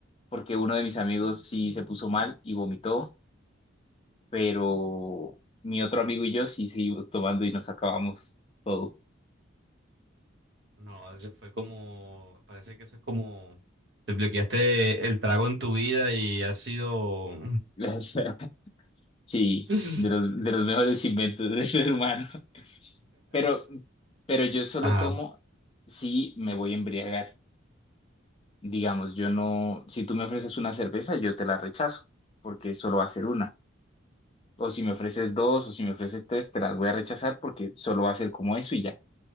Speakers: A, on the left; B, on the right.
A: porque uno de mis amigos sí se puso mal y vomitó. pero mi otro amigo y yo sí seguimos tomando y nos acabamos todo.
B: No, eso fue como, parece que eso es como, desbloqueaste el trago en tu vida y ha sido...
A: <laughs> O sea, sí,
B: <laughs>
A: de los, de los mejores inventos del ser humano. <laughs> Pero, pero yo solo
B: Ajá.
A: tomo si me voy a embriagar. Digamos, yo no, si tú me ofreces una cerveza, yo te la rechazo, porque solo va a ser una. O si me ofreces dos, o si me ofreces tres, te las voy a rechazar porque solo va a ser como eso y ya.